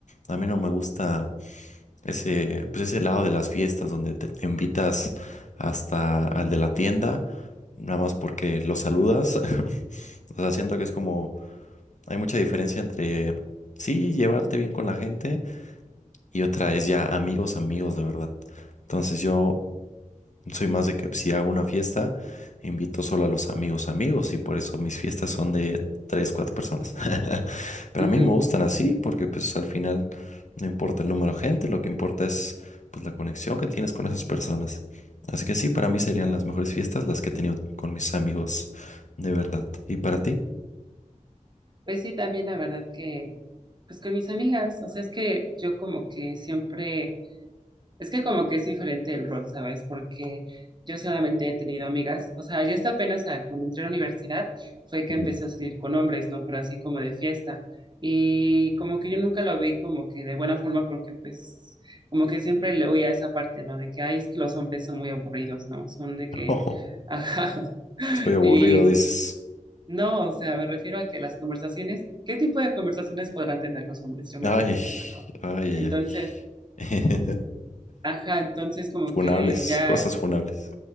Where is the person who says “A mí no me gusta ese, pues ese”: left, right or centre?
Left